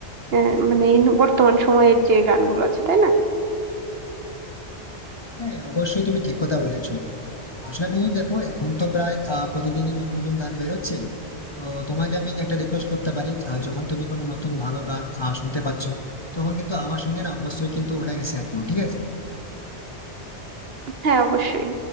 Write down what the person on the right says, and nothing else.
আহ, মানে এই বর্তমান সময়ের যে গানগুলো আছে তাই না
হ্যাঁ অবশ্যই